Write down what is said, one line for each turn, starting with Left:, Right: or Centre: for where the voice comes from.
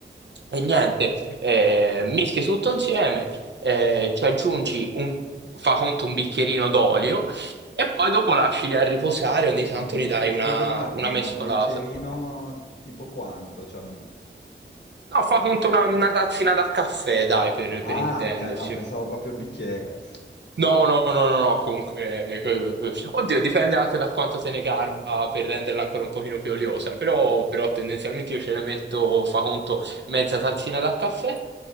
Right: E niente, eh, mischi tutto insieme, eh, ci aggiungi un, fa conto un bicchierino d'olio e poi dopo lasci lì a riposare, ogni tanto
Left: ma un-
Right: gli
Left: scu-
Right: dai una,
Left: scusami un attimo,
Right: una mescolata.
Left: ma un bicchierino tipo quanto? Cioè un-
Right: No, fa conto una, una tazzina da caffè, dai, per,
Left: Ah,
Right: per intenderci.
Left: ok, no, pensavo proprio il bicchiere.
Right: No, no, no, no, no, comunque, que- que- oddio, dipende anche da quanto se ne garba per renderla ancora un pochino più oliosa, però, però tendenzialmente io ce ne metto, fa conto, mezza tazzina da caffè